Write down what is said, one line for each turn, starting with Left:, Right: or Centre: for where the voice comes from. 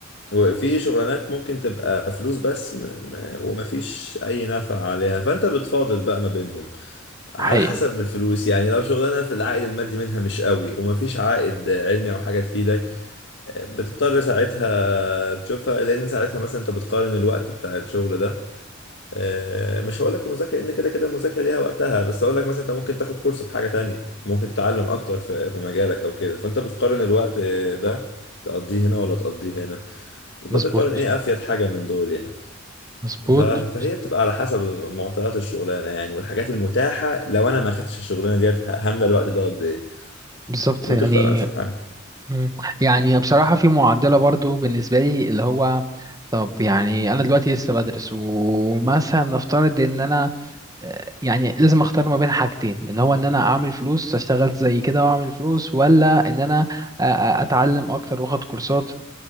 Left: وفي شغلانات ممكن تبقى فلوس بس م- م- ومفيش اي نفع عليها فانت بتفاضل بقى ما بينهم
Right: حقيقي
Left: على حسب الفلوس يعني لو شغلانه في العائد المادي منها مش قوي ومفيش عائد علمي او حاجه تفيدك آه، بتضطر ساعتها تشوفها لان ساعتها مثلا انت بتقارن الوقت بتاع الشغل ده آه، مش هقول لك مذاكره لان كده كده المذاكره ليها وقتها بس هقول لك مثلا انت ممكن تاخد كورس في حاجه تانية ممكن تتعلم اكتر في في مجالك او كده فانت بتقارن الوقت آه، ده تقضيه هنا ولا تقضيه هنا تبدا
Right: مظبوط
Left: تقارن ايه افيد حاجه من دول يعني
Right: مظبوط
Left: ف- فهي بتبقى على حسب معطيات الشغلانه يعني والحاجات المتاحه لو انا ما خدتش الشغلانه ديت ه- هامله الوقت ده قد ايه
Right: بالظبط
Left: وتختار
Right: يعني
Left: انسب حاجه
Right: مم. يعني بصراحة في معدلة برضو بالنسبة لي اللي هو طب يعني أنا دلوقتي لسه بدرس ومثلا نفترض إن أنا آه، يعني لازم أختار ما بين حاجتين إن هو إن أنا أعمل فلوس أشتغل زي كده وأعمل فلوس ولا إن أنا آه، آه، أتعلم أكتر وأخد كورسات